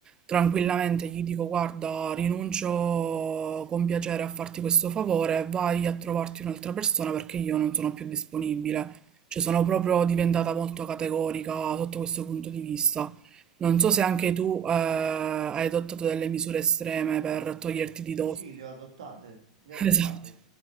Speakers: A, on the right; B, on the right.
A: tranquillamente gli dico: Guarda, rinuncio con piacere a farti questo favore, vai a trovarti un'altra persona perché io non sono più disponibile. Cioè, sono proprio diventata molto categorica sotto questo punto di vista. Non so se anche tu eh, hai adottato delle misure estreme per toglierti di
B: Sì,
A: dosso.
B: sì, le ho adottate, le
A: <laughs>
B: ho adottate.
A: Esatto,